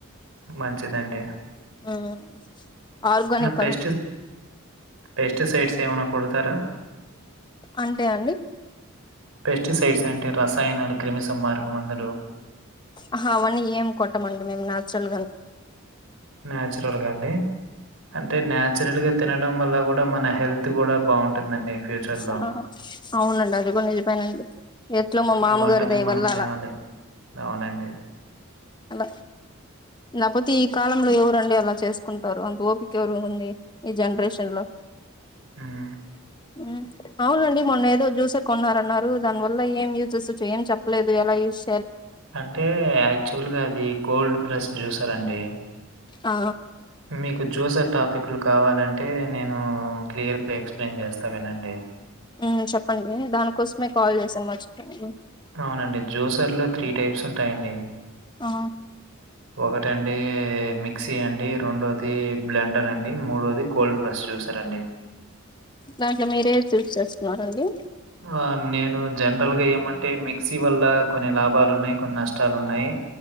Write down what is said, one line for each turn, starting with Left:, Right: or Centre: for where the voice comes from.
Right: మంచిదండి
Left: ఉమ్మ్ ఆర్గనిక్
Right: పేస్టి పేస్టిసైట్స్ ఎమన్నా కొడతారా
Left: అంటే అండి
Right: పెస్టిసైడ్స్ అంటే రసాయనాలు క్రిమి సంహారక మందులు
Left: ఆహా అవన్నీ ఏం కొట్టమండి మేము నాచురల్ గానే
Right: నాచురల్ గా అండి అంటే నాచురల్ గా తినడం వల్ల కూడా మన హెల్త్ కూడా బాగుంటుందండి ఫ్యూచర్లో
Left: ఆ అవునండి అది కూడా నిజమండీఎట్లో
Right: అలాంటి
Left: మా మామగారి
Right: వంటలే
Left: దయ
Right: మనం
Left: వల్ల
Right: తినాలి
Left: అలా
Right: అవునండి
Left: అలా లేకపోతే ఈ కాలంలో ఎవరండి అలా చేసుకుంటారు అంత ఓపిక ఎవరు ఉంది ఈ జనరేషన్ లో
Right: మ్మ్.
Left: ఉమ్ అవునండి మొన్న ఏదో జ్యూసర్ కొన్నారన్నారు దాని వల్ల ఏం యూజస్ ఏం చెప్పలేదు ఎలా యూస్
Right: అంటే యాక్చువల్గా అది కోల్డ్ ప్రెస్డ్ జ్యూసర్ అండి
Left: అ
Right: మీ జూసర్ టాపిక్లు కావాలంటే నేను క్లియర్ ఎక్స్ప్లెన్ చేస్తావినండి ఎ
Left: ఉ చెప్పండి దానికోసమే కాల్ చేసాను వచ్చి
Right: అవునండి. జ్యూసర్‌లో టైప్స్ ఉంటాయండి.
Left: ఆ
Right: ఒకటండి మిక్సీ అండి రెండో ది బ్లెండర్ అండి మూడోది కోల్డ్ ప్రెస్ జ్యూసర్ అండి
Left: దాంట్లో మీరే చూస్ చేసుకున్నారండి
Right: ఆ నేను జనరల్గా ఏమంటే మిక్సీ వల్ల కొన్ని లాభాలు ఉన్నాయి కొన్ని నష్టాలు ఉన్నాయి